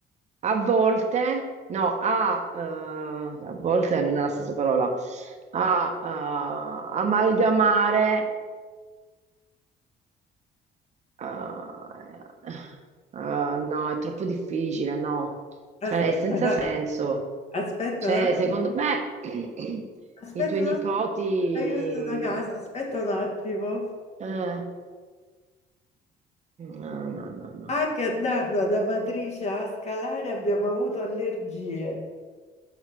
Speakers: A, on the right; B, on the left.
A: a volte, no, a, eh, a volte non è la stessa parola, a eh, amalgamare, eh, eh, no, è troppo difficile, no,
B: aspetta,
A: cioè è senza senso.
B: aspetta,
A: Cioè,
B: un att-
A: secondo me, <clears throat>
B: aspetta
A: i tuoi nipoti...
B: un attimo, aiuto da casa, aspetta un attimo.
A: eh, no, no, no, no.
B: Anche andando ad Amatrice a scalare abbiamo avuto allergie.